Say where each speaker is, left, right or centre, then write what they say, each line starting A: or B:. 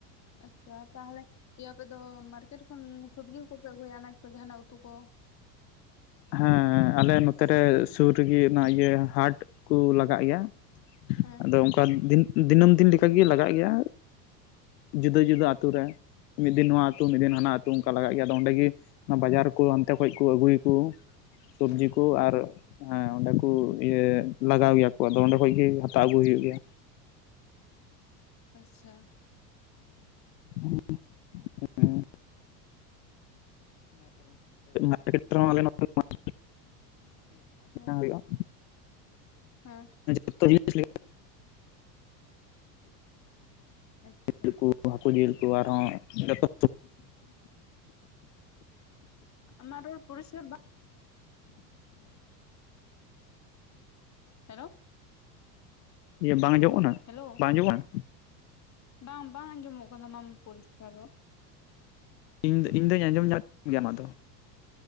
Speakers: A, on the left (about 35°); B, on the left (about 80°).
A: ᱟᱪᱪᱷᱟ ᱛᱟᱦᱚᱞᱮ ᱤᱭᱟᱹ ᱟᱯᱮᱫᱚ ᱢᱟᱨᱠᱮᱴ ᱠᱷᱚᱱ ᱥᱚᱵᱽᱡᱤ ᱠᱚᱠᱚᱯᱮ ᱟᱹᱜᱩᱭᱟ ᱟᱱᱟᱡᱽ ᱠᱚ ᱡᱟᱦᱟᱱᱟᱜ ᱩᱛᱩ ᱠᱚ
B: ᱦᱮᱸ ᱟᱞᱮ ᱱᱚᱛᱮᱨᱮ ᱥᱩᱨ ᱨᱮᱜᱮ ᱚᱱᱟ ᱤᱭᱟᱹ ᱦᱟᱴ ᱠᱚ ᱞᱟᱜᱟᱜ ᱜᱮᱭᱟ
A: ᱦᱮᱸ
B: ᱟᱫᱚ ᱚᱱᱠᱟ ᱫᱤᱱᱟᱹᱢ ᱫᱤᱱ ᱞᱮᱠᱟᱜᱮ ᱞᱟᱜᱟᱜ ᱜᱮᱭᱟ ᱡᱩᱫᱟᱹ ᱡᱩᱫᱟᱹ ᱟᱛᱳ ᱨᱮ ᱢᱤᱫ ᱫᱤᱱ ᱱᱚᱣᱟ ᱟᱹᱛᱩ ᱢᱤᱫ ᱫᱤᱱ ᱦᱟᱱᱟ ᱟᱛᱩ ᱚᱱᱠᱟ ᱞᱟᱜ ᱜᱮᱭᱟ ᱟᱫᱚ ᱚᱸᱰᱮ ᱜᱮ ᱱᱚᱣᱟ ᱵᱟᱡᱟᱨ ᱠᱚ ᱦᱟᱱᱛᱮ ᱠᱷᱚᱡ ᱠᱚ ᱟᱹᱜᱩ ᱠᱚ ᱥᱚᱵᱡᱤ
A: ᱦᱮᱸ
B: ᱠᱚ ᱟᱨ ᱦᱮᱸ ᱚᱸᱰᱮ ᱠᱚ ᱤᱭᱟᱹ ᱞᱟᱜᱟᱣ ᱜᱮᱭᱟ ᱠᱚ ᱟᱫᱚ ᱚᱸᱰᱮ ᱠᱷᱚᱡ ᱜᱮ ᱦᱟᱛᱟᱣ ᱟᱹᱜᱩ ᱦᱩᱭᱩᱜ ᱜᱮᱭᱟ
A: ᱟᱪᱪᱷᱟ
B: ᱦᱮᱸ ᱦᱮᱸ ᱟᱨᱮᱛᱦᱚᱸ ᱟᱞᱮ ᱱᱚ ᱦᱟᱴ
A: ᱦᱮᱸ
B: ᱦᱩᱭᱩᱜᱼᱟ <inaudible>
A: ᱦᱮᱸ
B: ᱡᱚᱛᱚ ᱡᱤᱱᱤᱥ <inaudible>
A: ᱟᱪᱪᱷᱟ
B: ᱡᱤᱞ ᱦᱟᱹᱠᱩ ᱡᱤᱞ ᱠᱚ ᱟᱨᱦᱚᱸ ᱡᱚᱛᱚ
A: ᱟᱢᱟᱜ ᱨᱚᱲ ᱯᱚᱨᱤᱥᱠᱟᱨ ᱵᱟᱝ ᱦᱮᱞᱳ
B: ᱤᱭᱟ ᱵᱟᱝ ᱟᱡᱚᱢᱚᱜ ᱠᱟᱱᱟ
A: ᱦᱮᱞᱳ
B: ᱵᱟᱝ ᱟᱸᱡᱚᱢᱚᱜ ᱠᱟᱱᱟ
A: ᱵᱟᱝ ᱵᱟᱝ ᱟᱸᱡᱚᱢᱚᱜ ᱠᱟᱱ ᱛᱟᱢᱟ ᱯᱚᱨᱤᱥᱠᱟᱨ ᱫᱚ
B: ᱤᱧ ᱫᱚ ᱤᱧ ᱫᱚᱧ ᱟᱸᱡᱚᱢ ᱧᱟᱢ ᱜᱮᱭᱟ ᱚᱢᱟᱜ ᱫᱚ